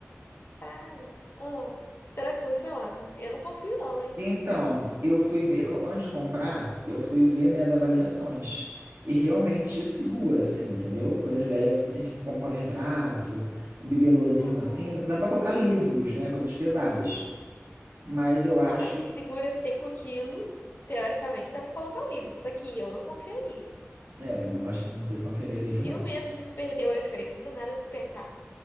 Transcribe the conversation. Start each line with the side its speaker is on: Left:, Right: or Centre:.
Left: Praga. Ah, será que funciona? Eu não confio, não, hein?
Right: Então, eu fui ver, co- antes de comprar, eu fui ver, né, as avaliações. E realmente segura, assim, entendeu? Coisas leves, assim, tipo um porta-retrato, um bibelôzinho,
Left: Aham.
Right: assim. Dá pra colocar livros, né, coisas pesadas. Mas eu acho...
Left: Não, mas se
Right: que-
Left: segura 5 quilos, teoricamente dá pra colocar o livro. Só que eu não confiaria.
Right: É, também não acho que não precisa conferir livro, não.
Left: E o medo de perder o efeito e do nada despencar?